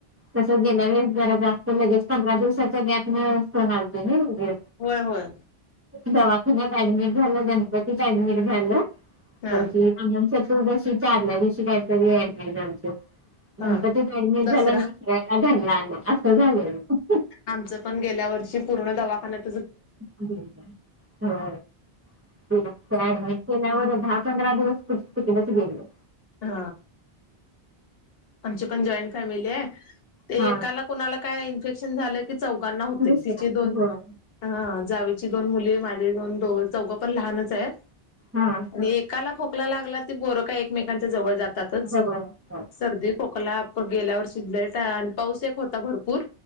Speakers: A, on the right; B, on the left.
A: तस गेल्या वेळेस जरा जास्त लगेच पंधरा दिवसाच्या अंतरा ने सण आले होते
B: होय- होय
A: दवाखान्यात ऍडमिट झालं गणपतीत ऍडमिट झालं
B: हा
A: तर तू जशी चावथ्या दिवशी काहीतरी ऍडमीट गणपती
B: हा
A: ऍडमिट
B: दसरा
A: झाला दुसऱयाला घरी आणला, असं झालं ना
B: आमचं पण गेल्या वर्षी पूर्ण दवाखाण्यात
A: हो ते त्या ऍडमिट केल्या वर दहा मिनिट पंधरा दिवस पुढ तिकिटचे गेले
B: हा आमची पण एकत्र कुटुंब आहे, आहे ते
A: हा
B: एकाला कोणाला काय संसर्ग झालं की चौघाना होतो
A: दुसऱ्या
B: तिचे दोन
A: होय
B: मुले, जावेची दोन मुली चोघे ही लहान आहेत,
A: हा
B: एकाला खोकला लागला की एकमेकांच्या जवळ जातातच
A: जवळ असतात.
B: सर्दी खोकला गेल्यावर शिजले आणि पाऊस येत होता भरपूर